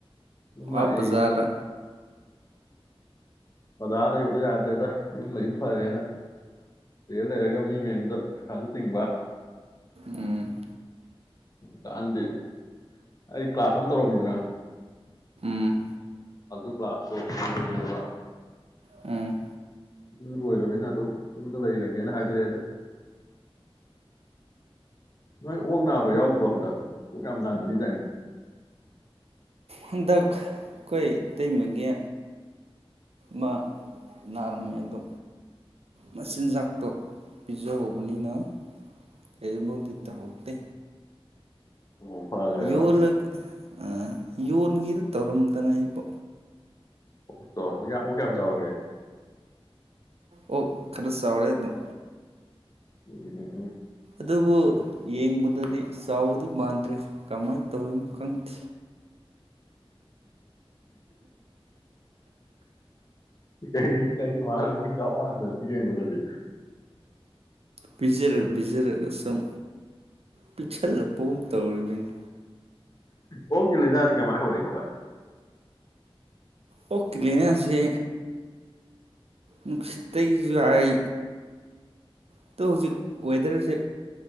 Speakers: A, on the left; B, on the right.
A: ꯌꯨꯝ ꯂꯥꯛꯑꯦ
B: ꯑ ꯕꯖꯥꯔꯗ
A: ꯌꯨꯝ ꯑꯣꯖꯥ ꯂꯩꯕꯗ ꯌꯥꯗꯦꯗ ꯌꯨꯝ ꯂꯩꯝ ꯐꯔꯦꯅ ꯂꯩꯔ ꯂꯩꯔꯒ ꯃꯤ ꯃꯌꯥꯝꯗ ꯄꯩꯁꯥꯁꯨ <unintelligible>
B: ꯎꯝ
A: ꯀꯛꯍꯟꯗꯦ ꯑꯩ ꯀ꯭ꯂꯥꯁ ꯑꯃ ꯇꯧꯔꯝꯃꯤꯗꯅ
B: ꯎꯝ
A: ꯑꯗꯨ ꯀ꯭ꯂꯥꯁꯇꯣ ꯂꯣꯏꯔꯦꯕ
B: ꯎꯝ
A: ꯑꯗꯨ ꯂꯣꯏꯔꯕꯅꯤꯅ ꯑꯗꯨꯝ ꯌꯨꯝꯗ ꯂꯩꯔꯒꯦꯅ ꯍꯥꯏꯖꯔꯛꯑꯦꯗ ꯅꯣꯏ ꯑꯣꯛ ꯅꯥꯕ ꯌꯥꯎꯗ꯭ꯔꯣ ꯍꯟꯗꯛ ꯑꯣꯛ ꯌꯥꯝ ꯅꯥꯟꯅꯕꯤꯗꯥꯅꯦ
B: ꯍꯟꯗꯛ ꯑꯩꯈꯣꯏ ꯏꯇꯩꯃꯒꯦ ꯃ ꯅꯥꯔꯝꯃꯦ ꯑꯗꯣ ꯃꯆꯤꯟꯖꯥꯛꯇꯣ ꯄꯤꯖꯍꯧꯕꯅꯤꯅ ꯀꯔꯤꯒꯨꯝꯕꯗꯤ ꯇꯧꯍꯧꯗꯦ
A: ꯑꯣ ꯐꯈ꯭ꯔꯦꯕ
B: ꯌ ꯂꯣꯏꯒ ꯑ ꯌꯣꯟꯒꯤꯗ ꯇꯧꯔꯝꯗꯅ ꯑꯩꯕꯨ
A: ꯎꯛꯇꯣ ꯀꯝ ꯆꯕꯒꯦ
B: ꯑꯣ ꯈꯔ ꯆꯥꯎꯥꯎꯔꯦ ꯑꯗꯨꯝ
A: ꯎꯝ ꯎꯝ ꯎꯝ
B: ꯑꯗꯨꯕꯨ ꯌꯦꯡꯕꯗꯗꯤ ꯆꯥꯎꯕꯗꯤ ꯃꯥꯟꯗ꯭ꯔꯦ ꯀꯃꯥꯏꯅ ꯇꯧꯔꯤꯅꯣ ꯈꯪꯗꯦ
A: <unintelligible> ꯀ ꯀꯅꯤ ꯃꯥꯔ ꯃ ꯀ ꯃꯥꯗ ꯌꯦꯦꯕꯗꯨꯗꯤ
B: ꯕꯤꯆꯔ ꯕꯤꯔꯔꯤꯒꯁꯨꯝ ꯄꯤꯛꯁꯤꯜꯂꯛꯄꯒꯨꯝ ꯇꯧꯔꯤꯕꯃꯤꯅꯤ
A: ꯎꯝ ꯑꯣ ꯀꯦ ꯂꯥꯏꯅꯥꯗꯤ ꯀꯃꯥꯏ ꯍꯧꯔꯛꯏꯅꯕ
B: ꯑꯣꯀꯤ ꯂꯩꯅꯦꯁꯦ ꯅꯨꯡꯁꯤꯠꯇꯒꯤꯁꯨ ꯍꯥꯏ ꯑꯗꯣ ꯍꯧꯖꯤꯛ ꯋꯦꯗꯔꯁꯦ